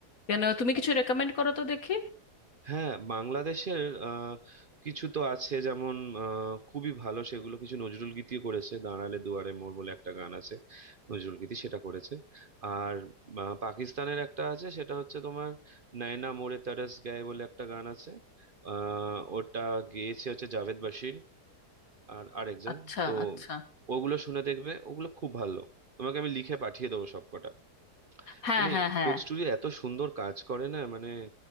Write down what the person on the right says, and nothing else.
হ্যাঁ বাংলাদেশের আহ, কিছু তো আছে যেমন আহ, খুবই ভালো সেগুলো কিছু নজরুল গীতিও করেছে দাঁড়ালে দুয়ারে মোর বলে একটা গান আছে নজরুল গীতি সেটা করেছে আর আহ, পাকিস্তানের একটা আছে সেটা হচ্ছে তোমার নয়না মোরে তরস গায়ে বলে একটা গান আছে আহ, ওটা গেয়েছে হচ্ছে জাভেদ বাশির আর আরেকজন
তো
ওগুলো শুনে দেখবে ওগুলো খুব ভালো তোমাকে আমি লিখে পাঠিয়ে দেবো সবকটা
মানে
কোক স্টুডিও এত সুন্দর কাজ করে না মানে